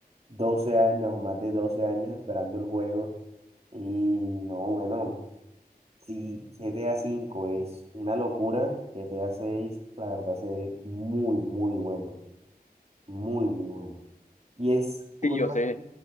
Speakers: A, on the right (about 40°); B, on the left (about 50°).
A: doce años o más de 12 años esperando el juego. Y no, bueno, si GTA V es una locura, GTA seis la verdad se ve muy, muy bueno. Muy, muy bueno. Y es justamente
B: Sí, yo sé.